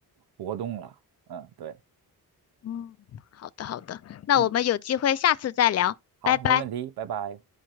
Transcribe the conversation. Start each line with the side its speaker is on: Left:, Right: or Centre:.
Right: 活动了。嗯，对，
Left: 嗯，好的好的，那我们有机会下次再聊，
Right: 嗯，好，
Left: 拜拜。
Right: 没问题，拜拜。